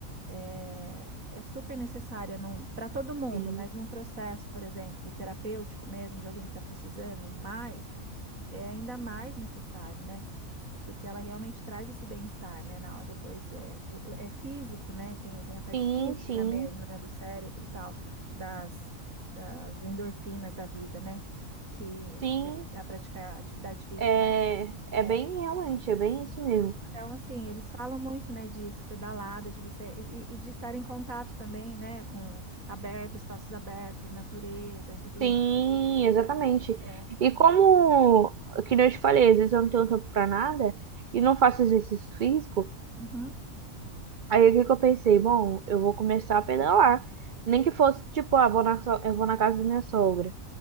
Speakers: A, on the right (about 75°); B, on the right (about 55°).
A: é, é super necessária para todo mundo,
B: Sim.
A: mas num processo, por exemplo, terapêutico mesmo, de alguém que está precisando mais, é ainda mais necessário, né? porque ela realmente traz esse bem-estar, né? Na, depois é, o- o- é físico, né? Tem, tem a parte
B: Sim,
A: química
B: sim,
A: mesmo, né? Do cérebro e tal, das, das endorfinas da vida, né? Que,
B: sim.
A: que a praticar atividade física
B: É, é
A: é.
B: bem realmente, é bem
A: E-
B: isso mesmo.
A: então, assim, eles falam muito, né, disso, pedalada, de você, e, e- e de estar em contato também, né, com aberto, espaços abertos, natureza e tudo
B: Sim,
A: isso.
B: exatamente.
A: É.
B: E como, que nem eu te falei, às vezes eu não tenho tempo pra nada e não faço exercício físico,
A: Uhum.
B: aí o que que eu pensei? Bom, eu vou começar a pedalar. Nem que fosse, tipo, ah, vou na, so- eu vou na casa da minha sogra,